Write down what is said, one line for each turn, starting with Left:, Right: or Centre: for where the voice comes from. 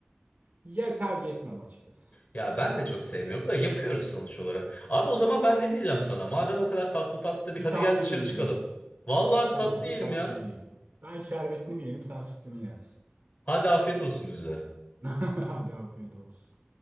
Right: Ya tercih etmem açıkçası.
Left: Ya ben de çok sevmiyorum da yapıyoruz sonuç olarak. Abi o zaman ben ne diyeceğim sana? Madem o kadar tatlı tatlı dedik
Right: Bir
Left: hadi
Right: tatlı
Left: gel dışarı
Right: yiyelim.
Left: çıkalım. Vallahi bir
Right: Olur
Left: tatlı
Right: bir
Left: yiyelim
Right: tatlı
Left: ya.
Right: yiyelim. Ben şerbetini mi yerim sen sütünü yersin.
Left: Hadi afiyet olsun bize.
Right: <laughs> Hadi afiyet olsun.